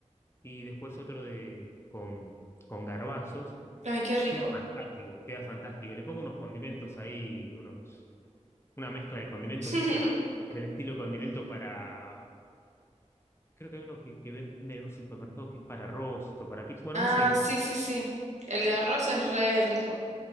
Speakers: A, on the left; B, on the right.
A: y después otro de, con, con garbanzos.
B: Ay, qué rico.
A: Queda fantástico, queda fantástico. Le pongo unos condimentos ahí, unos, una mezcla de condimentos,
B: <laughs>
A: ¿viste? Del estilo condimento para... Creo que hay uno que, que venden en un supermercado que es para arroz o para pizza. Bueno,
B: Ah,
A: no sé,
B: sí, sí, sí. El de arroz es re rico.